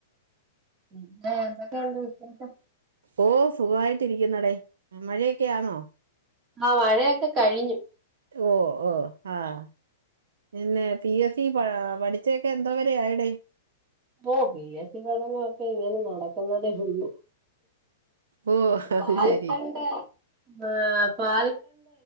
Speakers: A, on the right; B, on the right.
A: എന്തൊക്കെയുണ്ട് വിശേഷം.
B: ഓ സുഖായിട്ടിരിക്കുന്നുടെ മഴയൊക്കൊയാന്നോ?
A: ആഹ മഴയൊക്കെ കഴിഞ്ഞു.
B: ഓ ഓ ആഹ പിന്നെ പി എഫ. നീ പഠിച്ചൊക്കെ എന്തോ വരെ ആയിടെേ?
A: ഓ പി യസ് സി പഠനൊക്കെ ഇങ്ങനെ നടക്കുന്നതേ ഉള്ളൂ.
B: ഓ അത്
A: പാൽക്കണ്ട്
B: ശരി
A: ആ